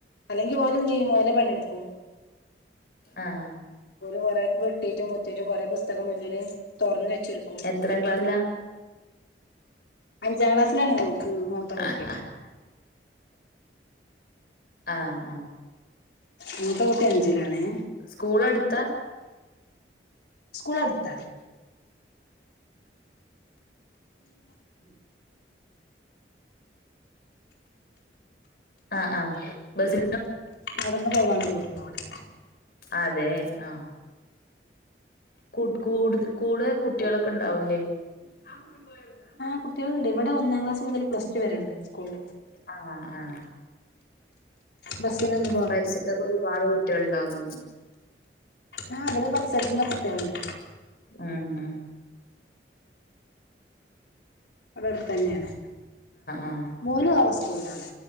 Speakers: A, on the left; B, on the left.
A: അല്ലെങ്കി ഓല് എന്ത് ചെയ്യും ഓലെ പണിയെടുക്കും
B: ആഹ്
A: ഓല് കുറേ വെട്ടീട്ടും കുത്തീറ്റും കുറെ പുസ്തകം മുന്നില് തൊറന്ന് വെച്ചിരിക്
B: എത്രാം ക്ലാസിലാ
A: അഞ്ചാം ക്ലാസ്സിലാണ് മൂ മൂത്ത കുട്ടി
B: ആഹ് ആഹ് ആഹ്
A: മൂത്ത കൂട്ടി അഞ്ചിലാണേ
B: സ്കൂളടുത്താ
A: സ്കൂൾ അടുത്താണ്
B: ഉം ആഹ് ആഹ് ബസി
A: നടന്നു പോവാന്ന ദൂരത്തോടെ
B: അതേ ആഹ് കൂട് കൂടുത് കൂടെ കുട്ടികളൊക്കെ ഉണ്ടാവുംല്ലേ ആ കുട്ടി പോയാ അവിടുന്ന്
A: ആഹ് കുട്ടികളുണ്ട് ഇവിടെ ഒന്നാം ക്ലാസ് മുതൽ പ്ലസ് ടു വരെ ഉണ്ട് സ്കൂളില്
B: ആഹ് ആഹ്
A: ബസ്നന്നെ
B: പരിസരത്തൊക്കെ ഒരുപാട് കുട്ടികൾ ഇണ്ടാവുംല്ലേ
A: ആഹ് അവിടെ പരിസരത്തുന്ന കുട്ടികളുണ്ട്
B: ആഹ്
A: അവിടടുത്തന്നെയാണ്
B: ആഹ്
A: മോന് വേറെ സ്കൂളിലാണ്